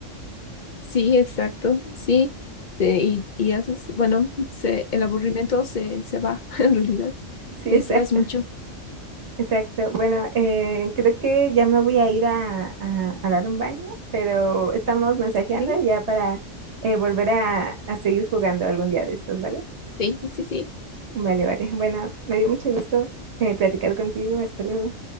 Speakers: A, on the left; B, on the right.
A: Sí, exacto, sí. Te- y, y haces, bueno, se, el aburrimiento se, se va, <laughs> en realidad.
B: Sí,
A: Te
B: exacto.
A: distraes mucho.
B: Exacto. Bueno, eh, creo que ya me voy a ir a, a- a dar un baño, pero estamos mensajeando
A: ¿Ok?
B: ya para eh, volver a, a seguir jugando algún día de estos, ¿vale?
A: Sí, sí, sí.
B: Vale, vale. Bueno, me dio mucho gusto eh, platicar contigo. Hasta luego.